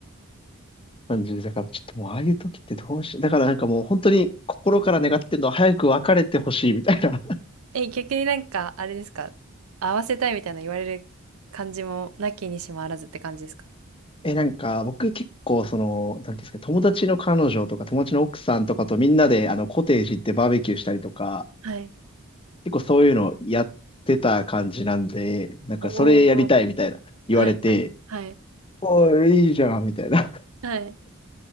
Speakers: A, on the left; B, on the right.
A: 感じで、だからちょっともうああいう時ってどうし、だからなんかもう本当に心から願ってるのは早く別れてほしいみたいな <laughs>。
B: え、逆になんか、あれですか合わせたいみたいな言われる感じも、なきにしもあらずって感じですか
A: え、なんか僕結構その、なんていうんですか、友達の彼女とか友達の奥さんとかとみんなであのコテージ行ってバーベキューしたりとか、
B: はい。
A: 結構そういうのやってた感じなんで、なんかそれやりたいみたいな言われて、
B: おお、はいはいはい
A: おい、いいじゃんみたいな
B: はい